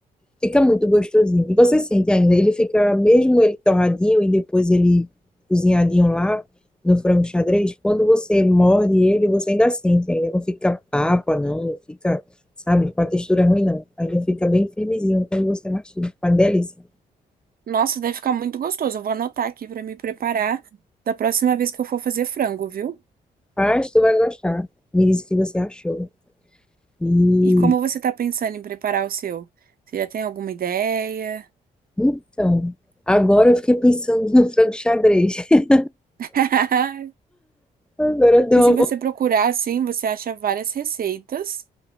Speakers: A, in the centre; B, on the right.
A: Fica muito gostosinho. E você sente ainda, ele fica, mesmo ele torradinho e depois ele cozinhadinho lá no frango xadrez, quando você morde ele, você ainda sente ainda. Não fica papa, não, não fica, sabe, com a textura ruim, não. Ainda fica bem firmezinho quando você mastiga. Uma delícia.
B: Nossa, deve ficar muito gostoso. Eu vou anotar aqui pra me preparar da próxima vez que eu for fazer frango, viu?
A: Mas tu vai gostar. Me disse o que você achou. E
B: E como você tá pensando em preparar o seu? Você já tem alguma ideia?
A: então, agora eu fiquei pensando no frango xadrez. <laughs>
B: <laughs>
A: Agora deu
B: E se
A: uma...
B: você
A: vo-
B: procurar assim, você acha várias receitas